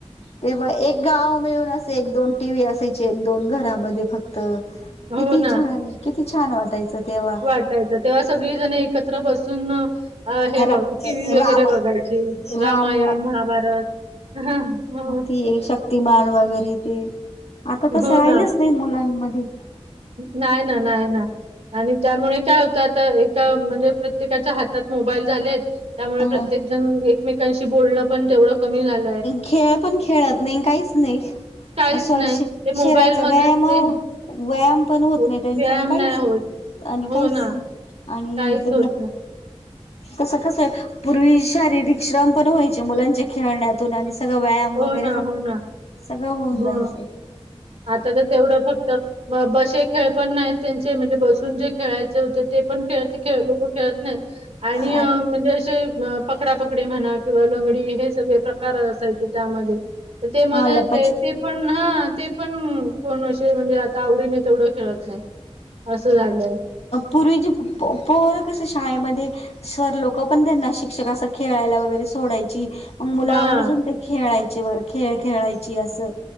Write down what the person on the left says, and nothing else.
तेव्हा एक गाव मिळून असे एक दोन टी व्ही असायची एक दोन घरा म फक्त
किती
छ किती छान वाटायचं तेव्हा
रा
राम
राम
ते शक्तिमान वगैरे ते आता तसं
राहिलंच
नाही मुलांमध्ये
ह
खेळ पण खेळत नाही काहीच नाही
शेराचा
व्यायाम
व्यायाम पण होत
नाही त्यांच्या
काहीच
आणि
काहीच
नाही आणि
त्यां
तस कस पूर्वी शारीरिक श्रम पण व्हायचे मुलांचे खेळण्यात सगळ व्यायाम
वगैरे
हा
सगळं होऊन
जायच
अ
लपाच
पूर्वीचे पोर कस शाळेमध्ये स लोक पण त्यांना शिक्षक असं खेळायला वगैरे सोडायची मग मुलावरचून
ते खेळायचे वग खेळ खेळायची असं